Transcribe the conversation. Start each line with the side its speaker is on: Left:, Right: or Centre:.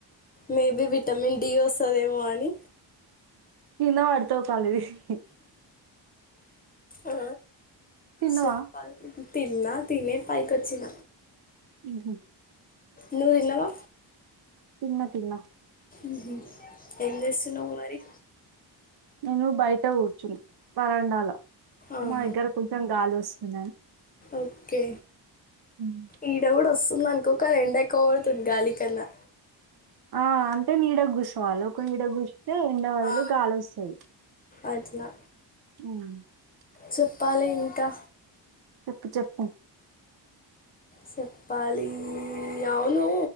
Left: మేబి విటమిన్ డి వస్తాడేమో అని
Right: కింద పాడతావ్ కళ్ళు తిరిగి
Left: ఆ
Right: తిన్నవా
Left: సప్పల్ తిన్నా తినే పైకివచ్చిన
Right: ఉహ
Left: నువ్ తినవా
Right: తిన్నా తిన్నా
Left: ఉహు ఏం చేస్తున్నావ్ మరి
Right: నేను బయట కూర్చును వరండాలో
Left: ఆహా,
Right: మా దగ్గర కొంచెం గాలి వస్తు ఉ
Left: ఓకే
Right: ఉమ్.
Left: ఈడ కూడా వస్తు మనకోక ర ఎండెక్కవ గొడుతుంది గాలి కన్నా
Right: ఆ అంటే నీడగుస్సోవాలి ఒక నీడ ఏ ఎండ బదులు
Left: ఆ,
Right: గాలోస్సది
Left: అట్లా
Right: అఉ
Left: చెప్పాలి ఇంకా
Right: చెప్పు చెప్పు
Left: చెప్పాలి అవును